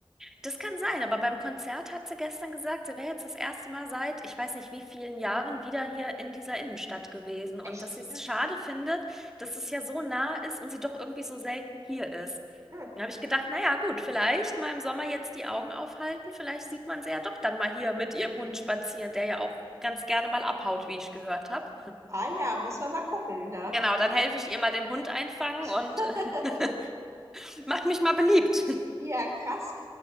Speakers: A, in the centre; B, on the right.
A: Das kann sein, aber beim Konzert hat sie gestern gesagt, sie wäre jetzt das erste Mal seit, ich weiß nicht wie vielen Jahren, wieder hier in dieser Innenstadt gewesen
B: Echt?
A: und dass sie es schade findet, dass es ja so nah ist und sie doch irgendwie so selten hier ist.
B: Hm.
A: Dann habe ich gedacht, naja, gut, vielleicht mal im Sommer jetzt die Augen aufhalten, vielleicht sieht man sie ja doch dann mal hier mit ihrem Hund spazieren, der ja auch ganz gerne mal abhaut, wie ich gehört habe.
B: Ah ja, muss man mal gucken, ne?
A: Genau, dann helfe ich ihr mal den Hund einfangen und
B: <laughs>
A: äh, <laughs> mach mich mal beliebt.
B: ja, krass.